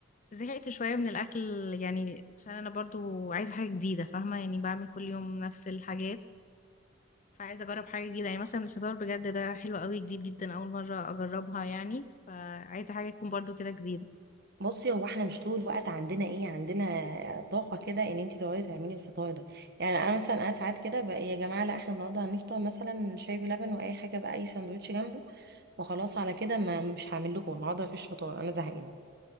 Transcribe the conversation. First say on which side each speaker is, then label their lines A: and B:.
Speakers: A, on the left; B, on the right.
A: زهقت شوية من الاكل يعني عشان انا برضو عايزة حاجة جديدة فاهمة يعني بعمل كل يوم نفس الحاجات فعايزة أجرب حاجة جديدة يعني مثلا الفطار بجد ده حلو قوي جديد جدا أول مرة أجربها يعني فعايزة حاجة تكون برضو كده جديدة
B: بصي هو احنا مش طول الوقت عندنا ايه عندنا طاقه كده ان انت تقعدي تعملي الفطار ده يعني انا مثلا انا ساعات كده بقى إيه يا جماعه لا احنا النهارده هنفطر مثلا شاي بلبن واي حاجه بقى اي ساندوتش جنبه وخلاص على كده ما مش هعمل لكم النهارده مفيش فطار انا زهقانه